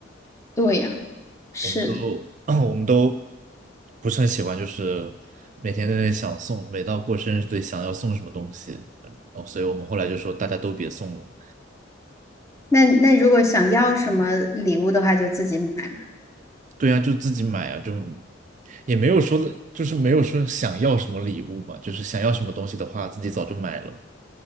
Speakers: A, on the left; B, on the right.
A: 对呀、
B: <laughs>
A: 是的。
B: 我们都 <clears throat> 我们都不是很喜欢，就是每天在那里想送，每到过生日得想要送什么东西，嗯哦，所以我们后来就说大家都别送了。
A: 那那如果想要什么礼物的话，就自己买嘛。
B: 对呀，就自己买啊，就也没有说的，就是没有说想要什么礼物嘛，就是想要什么东西的话，自己早就买了